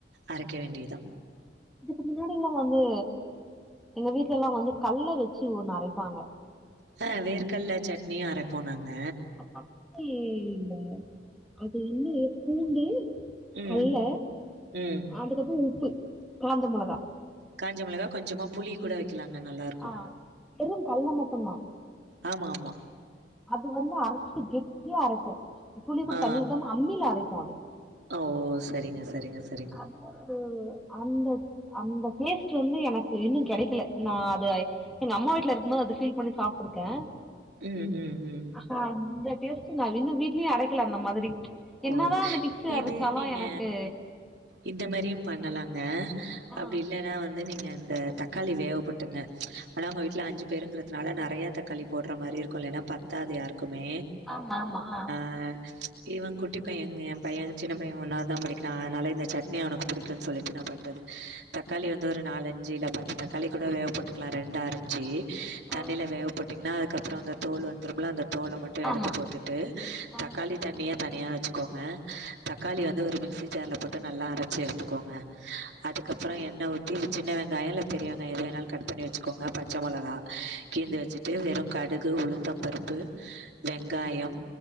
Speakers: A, on the right (about 80°); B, in the centre.
A: அரைக வேண்டியதுதா
B: இதுக்கு முன்னாடி லா வந்து எங்க வீட்டுல லா வந்து கல்லா வச்சி ஒண்ணு அரைபாங்க
A: அ வேர்கல்ல சட்னியு அர போ நாங்க
B: அப்பி இல்ல அது வந்து பூண்டு
A: ம்
B: கல்ல
A: ம்
B: அதுக்கப்பறோ உப்பு காஞ்ச மிளகா
A: காஞ்ச மிளகா கொஞ்சமா புளி கூட வைக்கலாங்க நல்லா இருக்கு
B: ஆ வெறு கல்ல மட்டுந்தா
A: ஆமா ஆமா
B: அது வந்து அரைச்சிட்டு கெட்டியா அரைப்போம் துளி கூட
A: ஆ
B: தண்ணி ஊத்தாம அம்மில அரைப்போ அத
A: ஓ சரிங்க சரிங்க சரி
B: அது ஒரு அந்த அந்த டேஸ்ட் வந்து எனக் இன்னு கெடைக்கல நா அது எங்க அம்மா வீட்ல இருக்கும் போது அத பீல் பண்ணி சாப்ட்ருக்கே
A: ம் ம் ம்
B: அ அந்த டேஸ்டு நா இன்னு வீட்லயே அரைக்கல அந்த மாதிரி
A: ஓ
B: என்ன தா அந்த மிக்சில
A: இது
B: அரைச்சாலும்
A: நீங்க
B: எனக்கு
A: இந்த மேரியும் பண்ணலாங்க
B: ஆ
A: அப்டி இல்லனா வந்து நீங்க அந்த தக்காளி வேவபோட்ருங்க ஆனா உங்க வீட்ல அஞ்சி பேருகிறதுனால நறையா தக்காளி போடுற மாரி இருக்கு இல்லனா பத் பத்தாது யாருக்குமே
B: ஆமா ஆமா ஆ
A: ஆ இவ குட் குட்டி பையங்க எ பையன் சின்ன பைய ஒன்னாவது தா படிக்றா அதனால இந்த சட்னி அவனக்கு புடிக்குன்னு சொல்லிட்டு நா பண்றது தக்காளி வந்து ஒரு நாலஞ்சு இல்ல பத்து தக்காளி கூட வேக போட்டுகலா ரெண்ட அரிஞ்சி
B: ஆ
A: தண்ணில வே போட்டிங்னா அதுகப்பறோ அந்த தோல் வந்துரும்ல அந்த தோல மட் எடுத்து
B: ஆமா
A: போட்டுட்டு
B: ஆ
A: தக்காளி தண்ணிய தனியா வச் வச்சிகோங்க தக்காளி வந்து ஒரு மிக்சி ஜார்ல போட்டு நல்லா அரைச்சி எடுத்துகோங்க அதுக்கப்பறம் என்ன ஊத் தீந்துச் சின்ன வெங்காயம் இல்ல பெரிய வெங்காயம் எது வேணாலும் கட் பண்ணி வச்சிகோங்க பச்சை மொளகா கீந்து வச் அப்டே வெறும் கடுகு உளுத்த பருப்பு வெங்காயம்